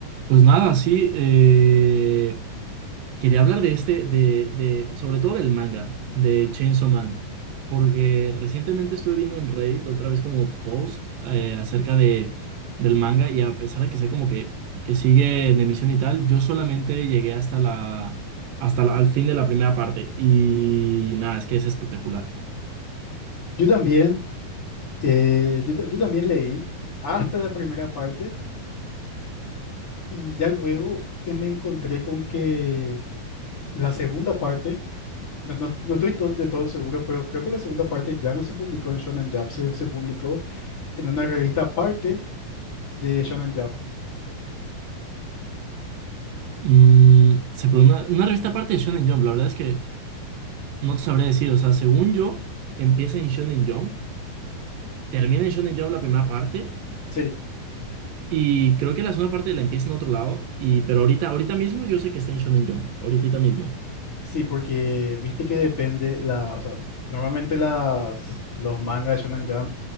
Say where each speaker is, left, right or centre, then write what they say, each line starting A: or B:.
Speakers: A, on the right (about 75°); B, on the left (about 45°).
A: Pues nada, sí, eh, quería hablar de este, de, de, sobre todo del manga, de Chainsaw Man, porque recientemente estuve viendo en Reddit otra vez como post eh, acerca de, del manga y a pesar de que sé como que, que sigue en emisión y tal, yo solamente llegué hasta la, hasta la- al fin de la primera parte y nada, es que es espectacular.
B: Yo también, eh, yo, ta- yo también leí hasta la primera parte y ya luego eh, me encontré con que la segunda parte, no, no- no estoy to- de todo seguro, pero creo que la segunda parte ya no se publicó en Shonen Jump, se, se publicó en una revista aparte de Shonen Jump.
A: Mm, se pone una, una revista aparte de Shonen Jump, la verdad es que no te sabría decir, o sea, según yo, empieza en Shonen Jump. termina en Shonen Jump la primera parte
B: Sí,
A: y creo que la segunda parte la empieza en otro lado, y, pero ahorita, ahorita mismo yo sé que está en Shonen Jump, ahorita mismo.
B: sí, porque viste que depende la, o sea, normalmente las, los mangas de Shonen Jump